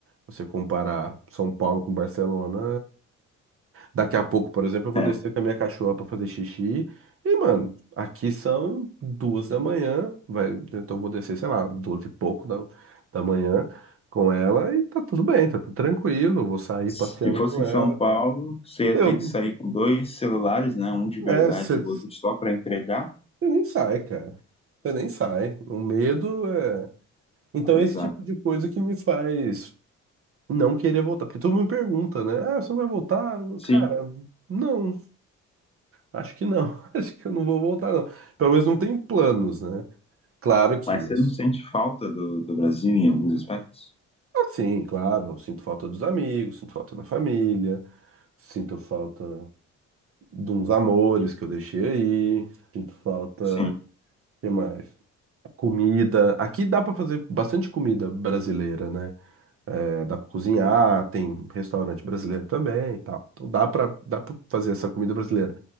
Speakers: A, on the right; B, on the left.
A: Você comparar São Paulo com Barcelona Daqui a pouco, por exemplo, eu vou
B: É.
A: descer com a minha cachorra pra fazer xixi. E, mano, aqui são duas da manhã. Vai, então eu vou descer, sei lá, duas e pouco da, da manhã com ela e tá tudo bem, tá tudo tranquilo. eu Vou sair
B: Se
A: passeando
B: fosse
A: com ela.
B: em São Paulo,
A: tá.
B: você ia
A: Eu,
B: ter que sair com dois celulares, né? Um de verdade
A: é, você
B: e o outro só para entregar.
A: nem sai, cara. Você nem sai. O medo é. Então,
B: Exato.
A: esse tipo de coisa que me faz não querer voltar. Porque todo mundo me pergunta, né? Ah, você não vai voltar?
B: Sim.
A: Cara, não. Acho que não. <laughs> Acho que eu não vou voltar, não. Pelo menos não tenho planos, né? Claro que
B: Mas você
A: isso.
B: não sente falta do, do Brasil em alguns aspectos?
A: Ah, sim, claro. Eu sinto falta dos amigos, sinto falta da família, sinto falta de uns amores que eu deixei aí, sinto falta.
B: Sim,
A: O que mais? Comida. Aqui dá pra fazer bastante comida brasileira, né? É, dá pra cozinhar, tem restaurante brasileiro também e tal. Então dá pra dá para fazer essa comida brasileira.